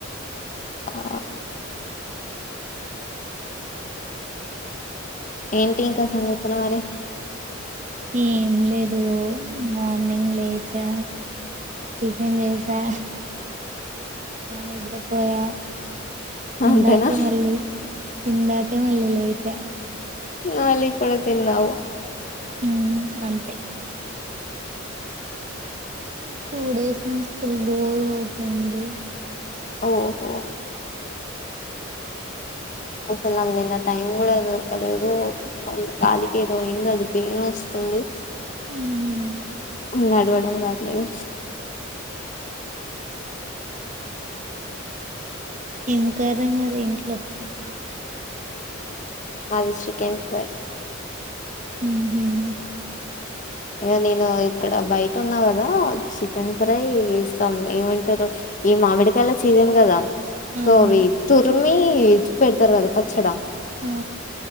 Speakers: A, on the left; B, on the right.
A: ఆ ఏంటి ఇంకా సంగతులు మరి
B: ఏం లేదు మార్నింగ్ లేచా టిఫిన్ చేసా నిద్రపోయా
A: అంతేనా
B: ఇందాకే మళ్ళీ ఇందాకే మల్లేచ
A: న అలీగ పడుతేేన్ నావు
B: ఉ అంతే ఈ టూ డేస్ నుంచి ఫుల్ బోర్ కొడుతుంది
A: ఓహో అసలు అది నిన్న టైం కూడా దొరకలేదు కాలికి ఏదో అయిందిో అది పెయిన్ వస్తుంది
B: హ్మ్మ్
A: నడవడం రాట్లేదు
B: ఏం కర్రీ మరి ఇంట్లో
A: మాది చికెన్ ఫ్రై
B: హ్మ్మ్
A: ఇక నేను ఇక్కడ బయట ఉన్నా కదా చికెన్ ఫ్రై ఇస్తాం ఏమంటారు ఈ మామిడికాయల సీజెన్ కదా
B: అవును
A: సోవిత్ తురిమి పెడతారు కదా పచ్చడా
B: ఆ